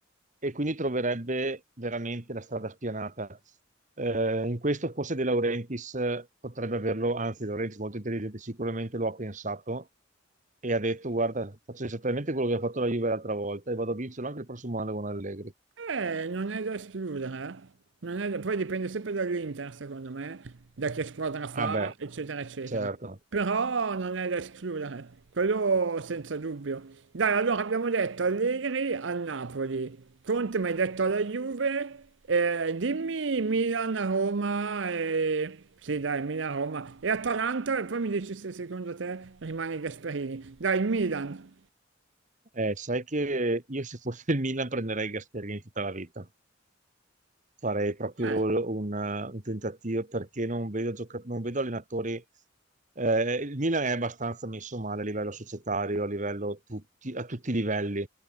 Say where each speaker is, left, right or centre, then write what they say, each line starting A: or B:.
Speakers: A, on the right; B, on the right.
A: e quindi troverebbe veramente la strada spianata. Eh, in questo forse De Laurentiis eh, potrebbe averlo, anzi, De Laurentiis molto intelligente, sicuramente lo ha pensato e ha detto: Guarda, faccio esattamente quello che ha fatto la Juve l'altra volta e vado a vincerlo anche il prossimo anno con Allegri.
B: Eh, non è da escludere, eh. Non è da- Poi dipende sempre dall'Inter, secondo me, da che squadra fa,
A: Ah, beh,
B: eccetera, eccetera.
A: certo.
B: Però non è da escludere, quello senza dubbio. Dai, allora abbiamo detto Allegri al Napoli, Conte mi hai detto alla Juve, eh, dimmi Milan, Roma e... Sì, dai, Milan, Roma e Atalanta e poi mi dici se secondo te rimane Gasperini. Dai, Milan.
A: Eh, sai che io se fossi il Milan prenderei Gasperini tutta la vita. farei proprio
B: Eh,
A: l- un, un tentativo perché non vedo, gioca- non vedo allenatori. eh, il Milan è abbastanza messo male a livello societario, a livello tutti, a tutti i livelli.